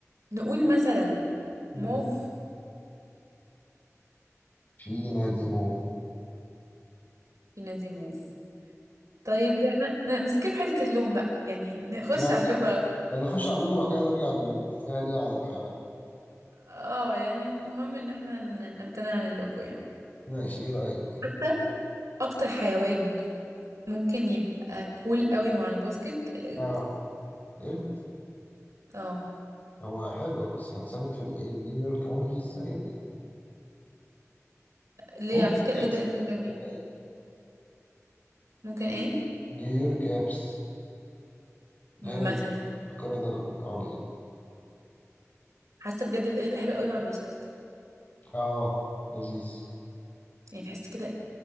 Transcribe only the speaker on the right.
نقول مثلا موف
في نادي موف طيب احنا ن- نسكيب حته اللون بقى يعني نخش
على اللوجو على-
اه يعني المهم ان احنا ن- نمتنع عن اللوجو يعني
حتى اكتر حيوان ممكن يبقى كول قوي مع الباسكت القرد
اه
ليه
على فكره القرد
ده انسان جميل
ممكن ايه
مثلا
حاسه بجد القرد حلو قوي مع الباسكت
يعني تحس كده